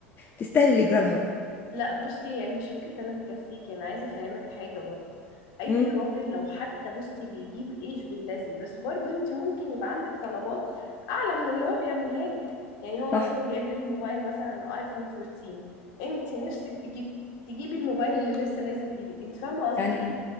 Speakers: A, on the left (about 30°); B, on the left (about 60°).
A: تستاهلي اللي يجرى لها بقى
B: لا بصي هي مش فكرة انا مكفيك انا عايزة افهمك حاجة برضو اي
A: امم
B: راجل لو حتى بصي بيجيب ايش باللذي بس برضو انت ممكن يبقى عندك طلبات اعلى من اللي هو بيعملها لك يعني هو
A: صح
B: مثلا جايب لك موبايل مثلا ايفون 14 انت نفسك تجيب تجيبي الموبايل اللي لسه نازل جديد انت فاهمة قصدي
A: انا
B: ايه